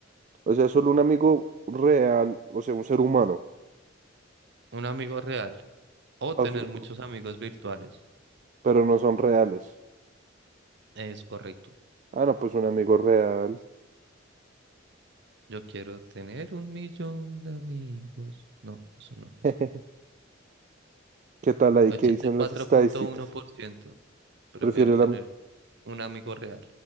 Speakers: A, on the right; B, on the right.
A: O sea, solo un amigo real, o sea, un ser humano,
B: Un amigo real. O
A: o
B: tener
A: su-
B: muchos amigos virtuales.
A: pero no son reales.
B: Es correcto.
A: Ah, no, pues un amigo real.
B: Yo quiero tener un millón de amigos. No, eso no.
A: <laughs> ¿Qué tal ahí?
B: 84.1%
A: ¿Qué dicen las estadísticas?
B: prefiere
A: Prefiero
B: tener
A: la
B: un amigo real.